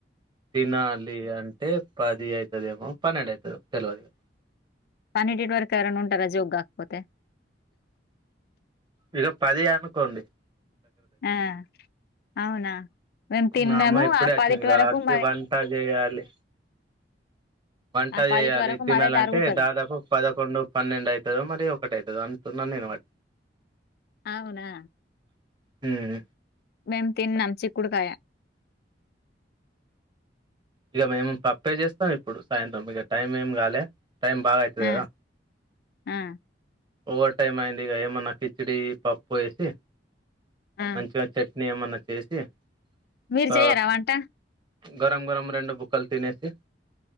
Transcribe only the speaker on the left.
పన్నెండిటి వరకు ఎవరన్న ఉంటారా జోగ్ కాకపోతే
ఆ అవునా మేము తిన్నాము
ఆ
పదిటి
వరకు మ
పదిటి వరకు
మాదే జరుగుతది
అవునా
మేమ్ తిన్నాం చిక్కుడుకాయ
ఆ
ఆ
ఆ
మీరు
చెయరా వంట